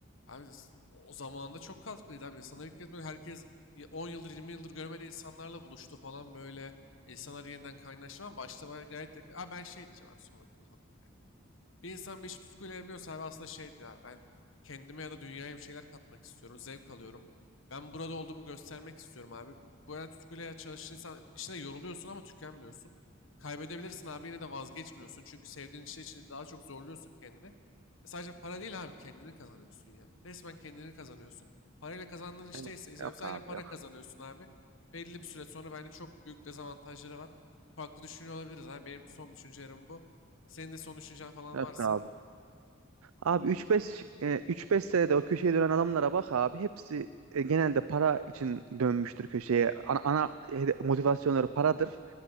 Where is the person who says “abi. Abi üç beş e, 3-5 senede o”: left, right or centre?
Right